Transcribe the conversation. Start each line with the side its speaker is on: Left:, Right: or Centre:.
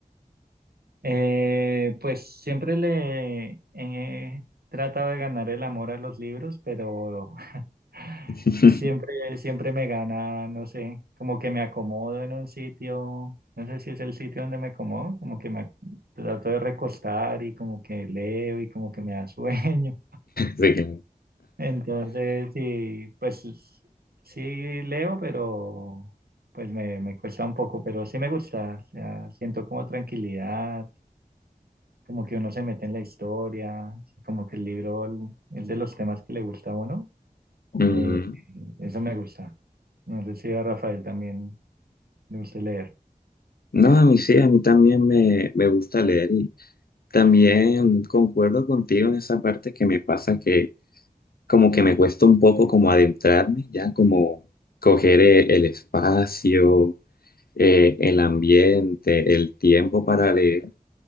Right: Eh, pues siempre le he tratado de ganar el amor a los libros, pero <laughs>
Left: <laughs>
Right: siempre, siempre me gana, no sé, como que me acomodo en un sitio, no sé si es el sitio donde me acomodo, como que me ac- trato de recostar y como que leo y como que me da <laughs> sueño.
Left: Sí, claro.
Right: Entonces, sí, pues sí leo, pero pues me, me cuesta un poco, pero sí me gusta, o sea, siento como tranquilidad como que uno se mete en la historia, así como que el libro es de los temas que le gusta a uno.
Left: Ujú.
Right: Eh, eso me gusta. No sé si a Rafael también le gusta leer.
Left: No, a mí sí, a mí también me, me gusta leer y también concuerdo contigo en esa parte que me pasa que como que me cuesta un poco como adentrarme, ya como coger eh, el espacio, eh, el ambiente, el tiempo para leer,